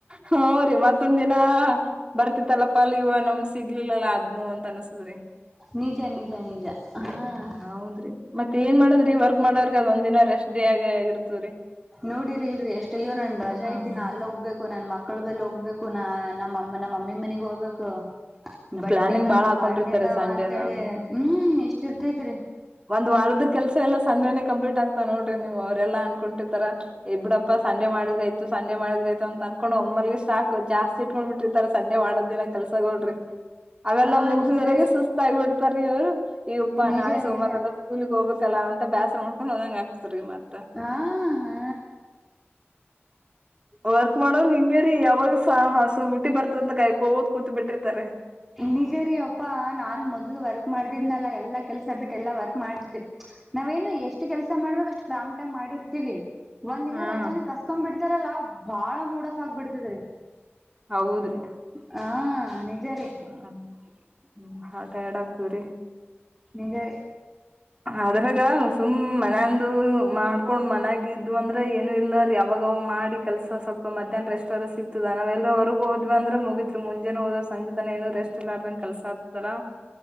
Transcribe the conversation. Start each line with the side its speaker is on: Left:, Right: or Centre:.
Right: ಹುಂರಿ ಮತ್ತೊಂದ ದಿನಾ ಬರ್ತಿತ್ತಲ್ಲಪ್ಪ ಅಲ್ಲಿ ಇವ ನಮ್ಗ್ ಸಿಗ್ಲಿಲ್ಲಲ್ಲಾ ಅ ಆದ್ನು ಅಂತ ಅನ್ಸುದ್ರಿ
Centre: ನಿಜ ನಿಜ ನಿಜ ಹಾಂ
Right: ಹ್ಮ ಹೌದ್ರಿ ಮತ್ ಏನ್ ಮಾಡದ್ರಿ ವರ್ಕ್ ಮಾಡೋ್ರಿಗೆ ಅದ ಒಂದಿನ ರಷ್ಟಟ್ ಡೇ ಆಗ ಆಗಿರ್ತ ರೀ
Centre: ನೋಡಿರಿ ಇಲ್ರಿ ಎಷ್ಟ ಅಯ್ಯ ನನ್ ರಜಾ
Right: ಹಾ
Centre: ಐತಿ
Right: ಹಾ
Centre: ನ ಅಲ್ ಹೋಗ್ಬೇಕು ನನ್ ಮಕ್ಕಳ ಬೆಲ್ ಹೋಗ್ಬೇಕು ನಾ ನಮ್ಮಮ್ಮ ನಮ್ಮ ಮಮ್ಮಿ ಮನಗ್ ಹೋಗ್ಬೇಕು ಬಟ್ಟೆದಾವ
Right: ಪ್ಲಾನಿಂಗ್ ಬಾಳ ಹಾಕೊಂಡಿರ್ತಾರೆ
Centre: ಬಾಂಡ್ಯದಾವ
Right: ಸಂಡೇದನ
Centre: ಅಂತೇಳಿ ಹ್ಮ್ ಎಷ್ಟ ಇರ್ತೈತ್ರಿ
Right: ಒಂದ್ ವಾರದ ಕೆಲ್ಸ ಎಲ್ಲ ಸಂಡೆನೆ ಕಂಪ್ಲೀಟ್ ಆಗ್ತಾ ನೋಡ್ರಿ ನೀವು ಅವರೆಲ್ಲ ಅನ್ಕೊಂಡಿತಾರ ಎ ಬಿಡಪ್ಪ ಸಂಡೆ ಮಾಡಿದ್ರ ಆಯ್ತು ಸಂಡೆ ಮಾಡಿದ್ರೆ ಆಯಿತು ಅಂತ ಅನ್ಕೊಂಡು ಒಮ್ಮಲ್ಲಿ ಸ್ಟಾಕ್ ಜಾಸ್ತಿ ಇಟ್ಕೊಂಡ್ಬ ಬಿಟ್ರಿತಾರ ಸಂಡೆ ಮಾಡದ ದಿನ ಕೆಲ್ಸಗೋಳ್ರಿ ಅವೆಲ್ಲ
Centre: ಹಾ
Right: ಮುಗಸ್ರಗೆ
Centre: ನಿಜ ರೀ
Right: ಸುಸ್ತ ಆಗಿಬಿಡ್ತಾರ ಇವರು ಈಪ್ಪ
Centre: ನಿಜ
Right: ನಾಳೆ ಸೋಮವಾರಲ್ಲ
Centre: ನಿಜ
Right: ಸ್ಕೂಲಿಗೆ ಹೋಗ್ಬೇಕಲ್ಲ ಅಂತ ಬ್ಯಾಸರ ಮಾಡ್ಕೊಂಡು ಹೋದಂಗ ಆಕ್ತ ರೀ ಮತ್
Centre: ಅಂ ಹಾ
Right: ವರ್ಕ್ ಮಾಡೋರ್ ಹಿಂಗೆರಿ ಯಾವಾಗ ಹಸು ಊಟಿ ಬರ್ತದಂತ ಕಾಯ್ಕೋದ್ ಕೂತ್ ಬಿಟ್ಟಿರ್ತಾರೆ
Centre: ನಿಜ ರೀ ಅಪ್ಪಾ ನಾನ್ ಮೊದ್ಲು ವರ್ಕ್ ಮಾಡ್ದಿದ್ನಲ್ಲ ಎಲ್ಲಾ ಕೆಲ್ಸ ಬಿಟ್ಟ ಎಲ್ಲಾ ವರ್ಕ್ ಮಾಡ್ತಿದೆ ನಾವೇನು ಎಷ್ಟ್ ಕೆಲ್ಸ ಮಾಡ್ಬೇಕ್ ಅಷ್ಟು ಪ್ರೋಪ್ಟ್ ಮಾಡಿರ್ತಿವಿ ಒಂದ್ ದಿನ
Right: ಹಾ
Centre: ರಜಾನ ಕಸ್ಕೊ ಬಿಡ್ತಾರಲ್ಲಾ ಬಾಳ ಮೂಡಫ್ ಆಗ್ಬಿಡ್ತದ್ರಿ
Right: ಹೌದ್ರಿ
Centre: ಹ ನಿಜ ರೀ
Right: ಹ್ಮ್ <unintelligible> ಆಗ್ತವ್ರರಿ
Centre: ನಿನ್ಗೆ
Right: ಅದ್ರಗ ಸುಮ್ ಮನಂದು ಮಾಡ್ಕೊಂಡ್ ಮನ್ಯಾಗ ಇದು ಅಂದ್ರೆ ಏನು ಇಲ್ಲಾರ ಅವಾಗಾ ಅವಾಗ ಮಾಡಿ ಕೆಲ್ಸ ಸ್ವಲ್ಪ ಮಧ್ಯಾಹ್ನ ರೆಸ್ಟ್ ಅದ್ರ ಸಿಗ್ತದ ನಾವ್ ಎಲ್ರ ಹೊರಗ್ ಹೋದ್ವಿಂದ್ರೆ ಮುಗಿದತ್ರು ಮುಂಜೆ ಹೋದ್ರ ಸಂಜೆ ಏನು ರಸ್ಟ್ ಎಲ್ಲಂಗ ಕೆಲ್ಸ ಆಗ್ತದಲ್ಲ